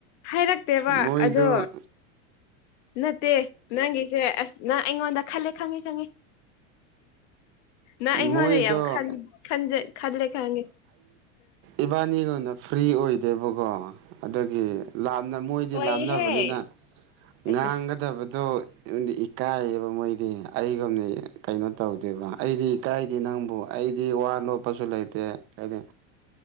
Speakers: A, on the left (about 60°); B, on the right (about 35°).
A: ꯍꯥꯏꯔꯛꯇꯦꯕ
B: ꯃꯣꯏꯗꯣ
A: ꯑꯗꯣ ꯅꯠꯇꯦ ꯅꯪꯒꯤ ꯁꯦ ꯑꯁ ꯅꯪ ꯑꯩꯉꯣꯟꯗ ꯈꯜꯂꯦ ꯈꯪꯉꯦ ꯈꯪꯉꯦ ꯅꯪ ꯑꯩꯉꯣꯟꯗ
B: ꯃꯣꯏꯗꯣ
A: ꯌꯥꯝ ꯈꯟ ꯈꯟꯖ ꯈꯜꯂꯦ ꯈꯪꯒꯦ
B: ꯏꯕꯥꯅꯤꯒꯨꯅ ꯐ꯭ꯔꯤ ꯑꯣꯏꯗꯦꯕꯀꯣ ꯑꯗꯨꯒꯤ ꯂꯥꯝꯅ ꯃꯣꯏꯗꯤ
A: ꯑꯣꯏꯍꯦ
B: ꯂꯥꯝꯅꯕꯅꯤꯅ ꯉꯥꯡꯒꯗꯕꯗꯣ
A: ꯑꯁ ꯑꯁ
B: ꯌꯨꯝꯗꯤ ꯏꯀꯥꯏꯌꯦꯕ ꯃꯣꯏꯗꯤ ꯑꯩꯒꯨꯝꯅꯤ ꯀꯩꯅꯣ ꯇꯧꯗꯦꯕ ꯑꯩꯗꯤ ꯀꯥꯏꯗꯤ ꯅꯪꯕꯨ ꯑꯩꯗꯤ ꯋꯥ ꯂꯣꯠꯄꯁꯨ ꯂꯩꯇꯦ ꯍꯥꯏꯗꯤ